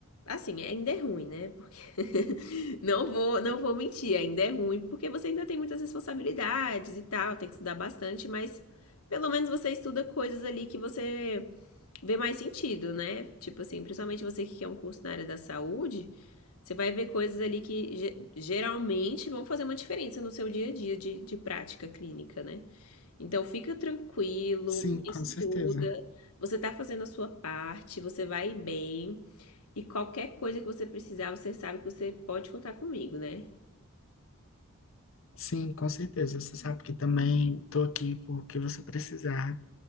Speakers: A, on the left (about 85°); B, on the left (about 60°).
A: assim, ainda é ruim, né? Porque <laughs> não vou, não vou mentir, ainda é ruim, porque você ainda tem muitas responsabilidades e tal, tem que estudar bastante, mas pelo menos você estuda coisas ali que você vê mais sentido, né? Tipo assim, principalmente você que quer um curso na área da saúde, você vai ver coisas ali que geralmente vão fazer uma diferença no seu dia a dia de, de prática clínica, né? Então fica tranquilo,
B: Sim,
A: estuda,
B: com certeza.
A: você tá fazendo a sua parte, você vai bem e qualquer coisa que você precisar, você sabe que você pode contar comigo, né?
B: Sim, com certeza. Você sabe que também estou aqui porque você precisar.